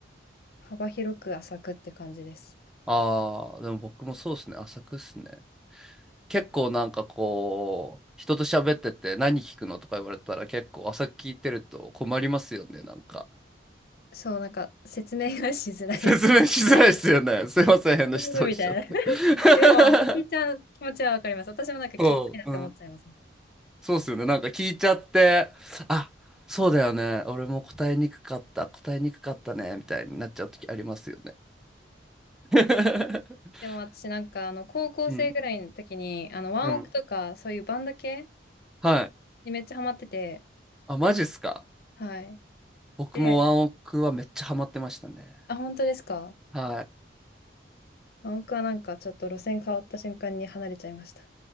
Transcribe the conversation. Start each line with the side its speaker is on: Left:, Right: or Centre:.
Left: 幅広く浅くって感じです。
Centre: ああ、でも僕もそうですね。浅くっすね。結構なんかこう、人と喋ってて何聞くのとか言われたら結構浅く聞いてると困りますよね、なんか。
Left: そう、なんか説明がしづらい
Centre: 説明しづらいっすよね。
Left: <laughs>
Centre: すいません、変な質問しちゃって。
Left: うんみたいな。<laughs>
Centre: <laughs>
Left: でも、聞いちゃう気持ちはわかります。私もなんか聞きたいなって思っちゃいます。
Centre: そう。うんそうっすよね。なんか聞いちゃって、あ、そうだよね。俺も答えにくかった。答えにくかったね。みたいになっちゃう時ありますよね。<laughs>
Left: でも私なんか、あの、高校生ぐらいの時に、
Centre: うん。
Left: あの、ワンオクとか、
Centre: うん。
Left: そういうバンド系
Centre: はい。
Left: にめっちゃハマってて、
Centre: あ、マジっすか。
Left: はい。
Centre: 僕もワンオクはめっちゃハマってましたね。
Left: で、あ、本当ですか
Centre: はい。
Left: ワンオクはなんかちょっと路線変わった瞬間に離れちゃいました。